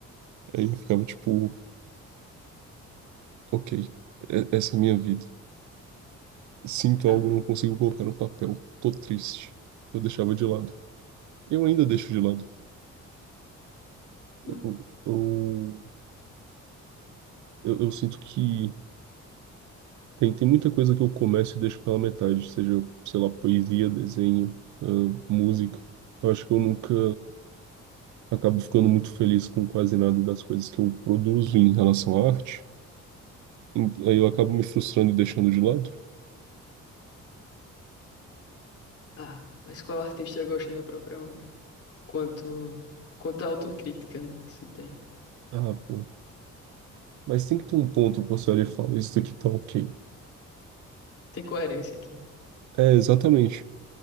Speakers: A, on the right; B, on the left.
A: Aí eu ficava tipo, ok, é- essa é a minha vida. Sinto
B: Ah,
A: algo, não consigo colocar no papel. Tô triste. Eu deixava de lado. Eu ainda deixo de lado. Eu,
B: hum.
A: eu, eu, eu sinto que tem, tem muita coisa que eu começo e deixo pela metade, seja, sei lá, poesia, desenho, ah, música. Eu acho que eu nunca. acabo ficando muito feliz com quase nada das coisas que eu produzo em relação à arte. Em- Aí eu acabo me frustrando e deixando de lado.
B: Ah, mas qual artista gosta da própria obra? Quanto, quanto à autocrítica, né, que você tem.
A: Ah, pô. Mas tem que ter um ponto que você olha e fala, isso daqui tá ok.
B: Tem coerência aqui.
A: É, exatamente.